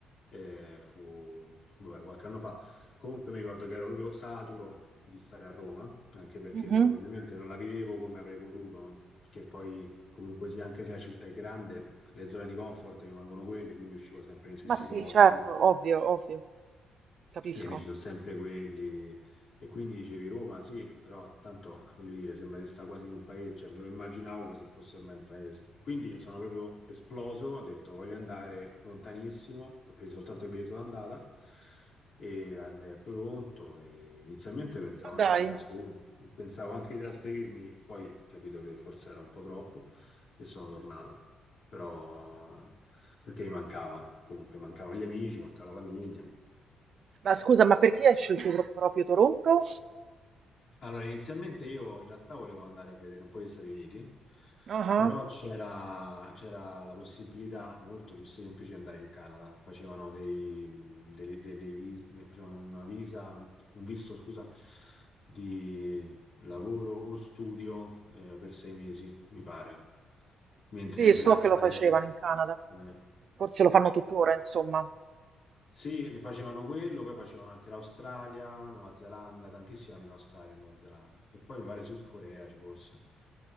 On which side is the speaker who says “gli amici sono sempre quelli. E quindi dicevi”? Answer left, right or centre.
Left